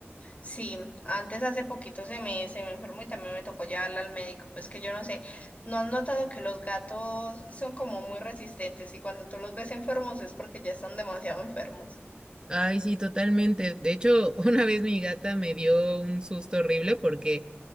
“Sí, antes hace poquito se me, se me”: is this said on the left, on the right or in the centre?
Left